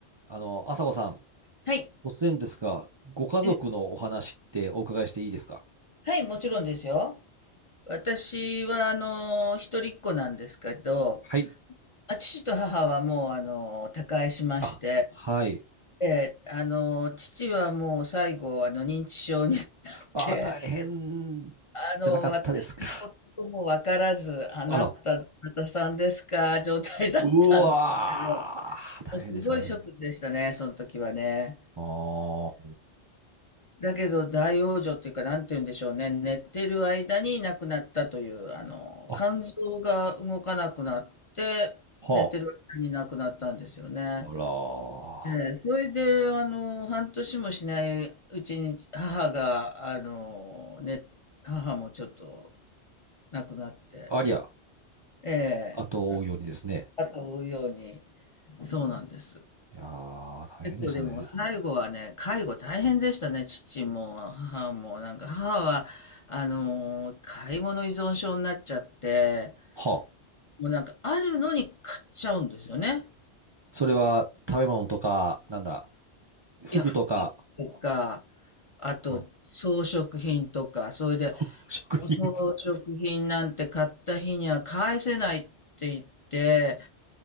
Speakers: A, on the right; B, on the left.
A: あの、朝子さん、
B: はい。
A: 突然ですが、ご家族のお話ってお伺いしていいですか
B: え、はい、もちろんですよ。私は、あの、一人っ子なんですけど、
A: はい。
B: あ、父と母はもう、あの、他界しまして、
A: あ、はい。
B: であの、父はもう最後、あの、認知症になっ
A: あー、
B: て、
A: 大変
B: あの、
A: じゃなかったですか。
B: 私のこともわからず、あなた、
A: あら、
B: どなたさんですか、状態だったんですけど、
A: うわー、
B: も
A: 大変でしたね。
B: うすごいショックでしたね、その時はね。
A: あー、
B: だけど大往生っていうか、なんて言うんでしょうね。寝てる間に亡くなったという、あの、
A: あ、
B: 肝臓が動かなくなって、
A: は
B: 寝てる間に亡くなったんですよね。
A: あ、あら
B: ええ、それで、あの、半年もしないうちに母が、あの、ね、母もちょっと亡くなって、
A: ー、ありゃ、
B: ええ、
A: 後を追うようにですね。
B: 後を追うように、そうなんです。
A: いやー、大変でしたね。
B: 結構でも最後はね、介護大変でしたね、父も母も。なんか母は、あのー買い物依存症になっちゃって、
A: はあ、
B: もうなんかあるのに買っちゃうんですよね。
A: それは食べ物とか、なんだ、服とか、
B: いや、服とか、あと装飾品とか、
A: はあ、
B: それで、
A: そう食品、
B: 装飾品なんて買った日には返せないって言って、